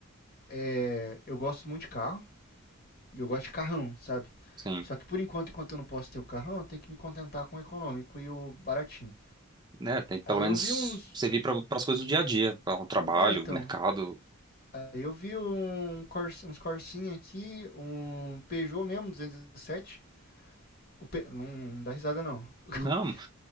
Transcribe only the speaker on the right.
sim.
É, tem que
pelo menos
servir pra, pras coisas do dia a dia, para o trabalho,
mercado.
Não,